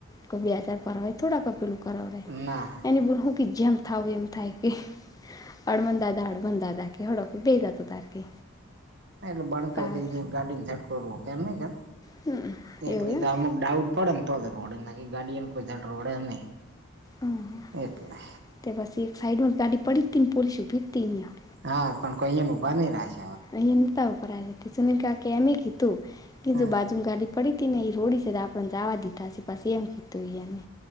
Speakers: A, on the left; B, on the right.
A: કો બેજાર પરવાય થોડાક પેલું કરાવ રહેે.
B: ના
A: એની બુન હું કે જેમ થાવું એમ થાય કે હડમન દાદા અળ બંધદાદા કે હળો બેઈ જા તું તાર કે.
B: એટલે બણતા
A: તાર
B: અયા ગાડીને છટકવું કેમ ન કેમ
A: હમ
B: એટલે
A: એવું એમ
B: અમુક. ડાઉટ પડે ને તો જ રોડે નાખી ગાડી એમ કોઈ દાડે રોડે નહી
A: હમ
B: એટલે.
A: તે બસ એક સાઈડ વર ગાડી પડી હતી પોલીસ ઉભી તી અહ્યા.
B: હા પણ કોઈને ઉભા નહી રાખે.
A: અહી નેતા ઉભા રાખે. કિશન ને કાકી એમએ કીધું કે
B: હા
A: જો બાજુ ગાડી પડીતી ને એ રોડી છે તો આપને જવા દીધા હ પસી એમ કીધું એ એને.